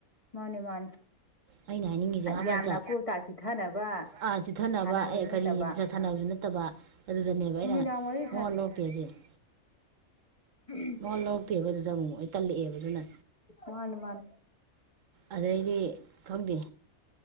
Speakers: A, on the left; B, on the right.
A: ꯃꯥꯅꯤ ꯃꯥꯅꯤ
B: ꯑꯩꯅ ꯍꯥꯏꯅꯤꯡꯉꯤꯖꯦ ꯍꯥ
A: ꯌꯥꯝꯅ
B: ꯕꯟꯆꯥ
A: ꯑꯀꯨꯞ ꯑꯇꯥ ꯆꯤꯊꯅꯕ
B: ꯑꯥ ꯁꯤꯗ ꯁꯥꯟꯅꯕ
A: ꯁꯥꯟꯅꯕꯁꯨ
B: ꯑꯦ ꯀꯔꯤ
A: ꯅꯠꯇꯕ
B: ꯖ꯭ꯋꯥꯔ ꯁꯥꯟꯅꯕꯁꯨ ꯅꯠꯇꯕ ꯑꯗꯨꯗꯅꯦꯕ ꯑꯩꯅ
A: ꯅꯨꯃꯤꯗꯥꯡ ꯋꯥꯔꯤ
B: ꯃꯋꯥ ꯂꯧꯔꯛꯇꯦ ꯍꯥꯏꯖꯦ <inaudible>
A: ꯎꯝ ꯍꯨꯝ
B: ꯃꯋꯥ ꯂꯧꯔꯛꯇꯦꯕ ꯑꯗꯨꯗ ꯑꯃꯨꯛ ꯃꯨꯛ ꯑꯩ ꯇꯜꯂꯛꯑꯦꯕ ꯑꯗꯨꯅ
A: ꯃꯥꯅꯦ ꯃꯥꯅꯤ
B: ꯑꯗꯩꯗꯤ ꯈꯪꯗꯦ